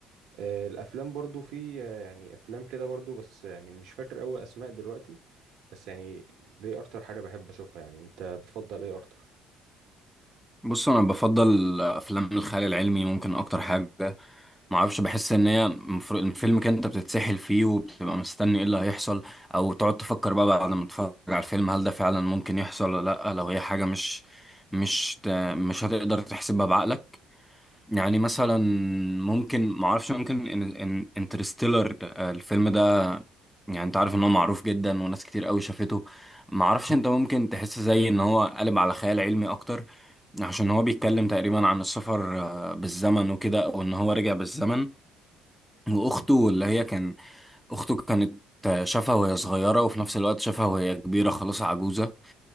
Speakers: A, on the right; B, in the centre.
A: آه، الأفلام برضو في آه، يعني أفلام كده برضو بس يعني مش فاكر أوي أسماء دلوقتي بس يعني دي أكتر حاجة بحب أشوفها يعني أنت بتفضل ايه أكتر؟
B: بص انا بفضل افلام الخيال العلمي ممكن اكتر حاجه ما اعرفش بحس ان هي مفر- الفيلم كده انت بتتسحل فيه وبتبقى مستني ايه اللي هيحصل او تقعد تفكر بقى بعد ما تتفرج على الفيلم هل ده فعلا ممكن يحصل ولا لا لو هي حاجه مش مش ت- مش هتقدر تحسبها بعقلك يعني مثلا ممكن ما اعرفش ممكن ان ان انترستيلر الفيلم ده يعني انت عارف ان هو معروف جدا وناس كتير قوي شافته ما اعرفش انت ممكن تحس زي ان هو قلب على خيال علمي اكتر عشان هو بيتكلم تقريبا عن السفر آه، بالزمن وكده او ان هو رجع بالزمن واخته اللي هي كان اخته كانت آه، شافها وهي صغيرة وفي نفس الوقت شافها وهي كبيرة خلاص عجوزة